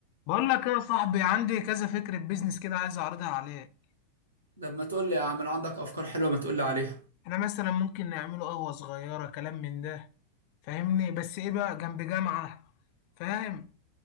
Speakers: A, on the left; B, on the right.
A: بقول لك ايه يا صاحبي عندي كذا فكرة بيزنس كده عايز اعرضها عليك
B: لما تقول لي يا عم لو عندك افكار حلوه ما تقول لي عليها
A: احنا مثلا ممكن نعمله قهوة صغيرة كلام من ده فاهمني بس ايه بقى جنب جامعة فاهم